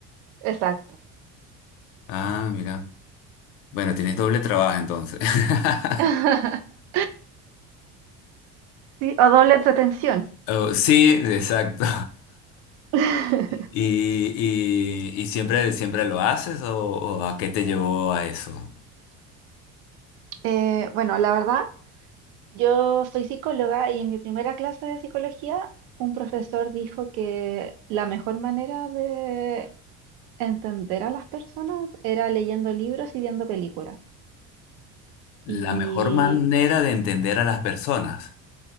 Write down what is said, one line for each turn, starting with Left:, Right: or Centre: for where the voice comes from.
Right: Exacto.
Left: Ah, mira. Bueno, tienes doble trabajo entonces. <laughs>
Right: <laughs> Sí, o doble entretención.
Left: Oh, sí, exacto.
Right: <laughs>
Left: <laughs> ¿Y, y- y siempre, siempre lo haces o, o a qué te llevó a eso?
Right: Eh, bueno, la verdad, yo soy psicóloga y en mi primera clase de psicología un profesor dijo que la mejor manera de entender a las personas era leyendo libros y viendo películas. Y
Left: La mejor manera de entender a las personas.